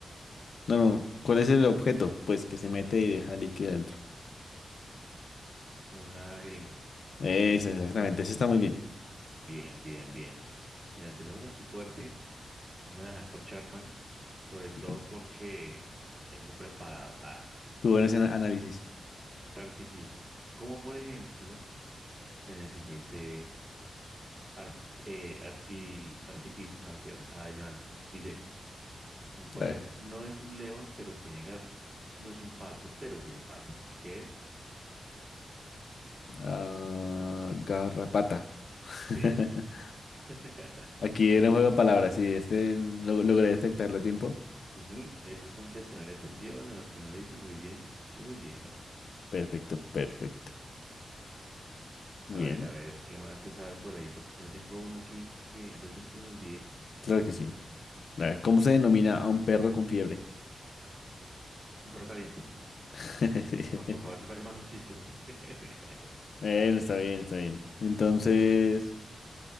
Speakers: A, on the left; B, on the right.
A: no, no. ¿Cuál es el objeto? Pues que se mete y deja líquido dentro.
B: Una jeringa.
A: Eso, exactamente, eso está muy bien.
B: Bien, bien, bien. Mira, empezamos aquí fuerte. No me voy a dejar corchar, Juan. Sobre todo
A: Bien.
B: porque vengo preparado. Ah,
A: Tú buen ese análisis.
B: claro que sí. Como por ejemplo, en el siguiente. Art- eh, arti- artificio, no mentiras, adivinanza. Dice, mm, puede
A: A ver,
B: ser, no es un león, pero tiene garra. No es un pato, pero tiene pata. ¿Qué es?
A: ah, garrapata. <laughs>
B: Sí. <laughs>
A: Aquí era un juego de palabras, sí, este lo- logré detectarlo a tiempo.
B: Ujú, Estos son de poner atención a lo que uno dice. Muy bien, muy bien, Juan.
A: Perfecto, perfecto. Bien,
B: A ver, a ver, ¿qué más te sabes por ahí? Porque yo me tengo uno aquí que antes de que se me olvide,
A: claro que sí. A ver, ¿cómo se denomina a un perro con fiebre?
B: un perro caliente.
A: <laughs>
B: Juan, por favor, se parece más a un chiste. <laughs>
A: Bueno, está bien, está bien. Entonces,